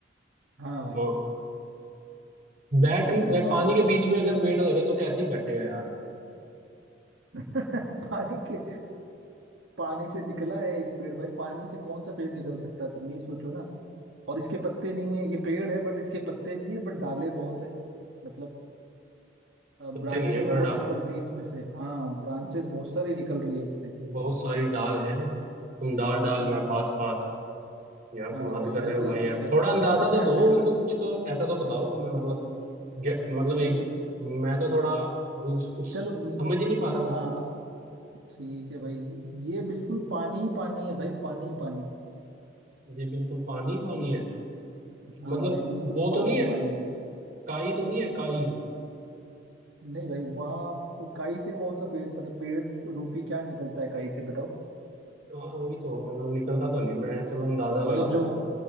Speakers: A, on the right; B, on the right.
A: हाँ भाई
B: हाँ, बैठ नहीं-
A: बताओ
B: बै, पानी
A: बताओ
B: के बीच में अगर पेड़ लगे तो कैसे ही बैठेगा यार
A: <laughs> पानी के पानी से निकला है एक पेड़ भाई पानी से कौन सा पेड़ निकल सकता है तुम ये सोचो ना और इसके पत्ते नहीं है ये पेड़ है बट इसके पत्ते नहीं है बट डाले बहुत है मतलब
B: पत्ते
A: ब्रांचेस
B: नहीं है पर
A: बहुत
B: डा
A: निकलती है इसमें से हाँ ब्रांचेस बहुत सारी निकल रही है इससे
B: बहुत सारी डाल हैं तुम डाल डाल
A: हम्म
B: मैं पात पात यार
A: हाँ
B: तुम हद
A: भाई
B: कर
A: वैसे
B: रहे हो भाई
A: ही
B: यार
A: कुछ है।
B: थोड़ा अंदाजा
A: <laughs>
B: तो दो मेरे को कुछ तो ऐसा तो बताओ जो मैं मतलब गे- मतलब
A: अ,
B: एक मैं तो थोड़ा अभी उस, उस
A: चलो
B: समझ ही नहीं पा रहा मैं
A: हाँ
B: तो
A: ठीक है भाई ये बिल्कुल पानी ही पानी है भाई पानी ही पानी
B: ये बिल्कुल पानी ही पानी है
A: हाँ
B: मतलब
A: भाई बिल्कुल
B: वो
A: पानी
B: तो नहीं
A: ही
B: है
A: पानी है
B: काई तो नहीं है काई
A: ठीक। नहीं भाई वहाँ काई से कौन सा पेड़ मतलब पेड़ रूपी क्या निकलता है काई से बताओ
B: हाँ वही तो मतलब निकलता तो नहीं मैं चलो अंदाजा लगा
A: मतलब
B: लेता
A: जो
B: हूँ